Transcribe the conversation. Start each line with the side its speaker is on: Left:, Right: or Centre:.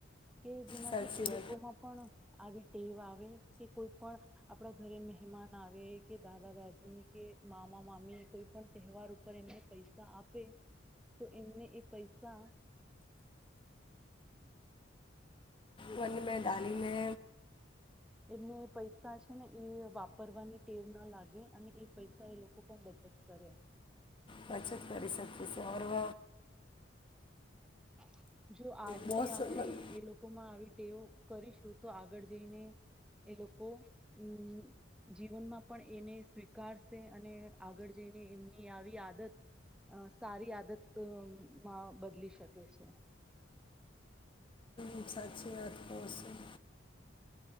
Centre: કે જેનાથી
Left: સાચી
Centre: એ લોકોમાં પણ આવી ટેવ આવ હોય કે કોઈપણ આપણા ઘરે મહેમાન આવે કે દાદા દાદી કે મામા મામી કોઈપણ તહેવાર ઉપર એમને પૈસા આપ પે તો એમને એ પૈસા
Left: વન મે દાદીને
Centre: એમને પૈસા છે ને એ વાપરવાની ટેવ ના લાગે અને એ પૈસા એ લોકો પણ બચત કરે.
Left: બચત કરી શકીશુ અર વ
Centre: <inaudible> જો આજથી
Left: બહુ સ-
Centre: આપણેે
Left: મન-
Centre: એ લોકોમાં આવી તેઓ કરીશું તો આગળ જઈને એ લોકો અમ જીવનમાં પણ એને સ્વીકારશે અને આગળ જઈને એમની આવી આદત અ સારી આદત તો માં બદલી શક શકે છે.
Left: એમ સાચી વાત કહુ છું.